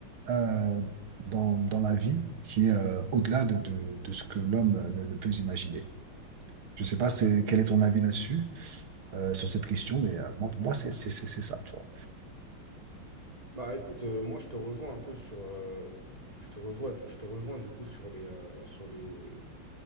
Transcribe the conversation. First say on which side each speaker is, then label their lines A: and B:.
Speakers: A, on the right; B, on the right.
A: euh, dans, dans la vie qui est euh, au-delà de, de, de ce que l'homme euh, ne, ne peut imaginer. Je sais pas c'est, quel est ton avis là-dessus, euh, sur cette question, mais euh, moi, pour moi, c'est c'est- c'est- c'est ça, tu vois.
B: Bah écoute, euh, moi je te rejoins un peu sur, euh, je te rejoins, je te rejoins du coup sur les, euh, sur les,